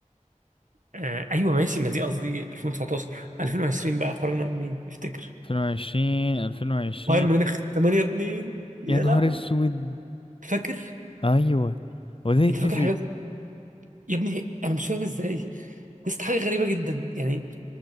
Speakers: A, on the right (about 80°); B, on the left (about 45°).
A: آه أيوه ماشي ما دي قصدي 2019 2020 بقى خرجنا من مين؟ افتكر
B: 2020 2020
A: بايرن ميونخ 8-2 يا
B: يا نهار
A: لهوي
B: اسود
A: فاكر
B: ايوه وده يتنسي
A: انت فاكر حاجات يا ابني انا مش فاهم ازاي لسه حاجه غريبه جدا يعني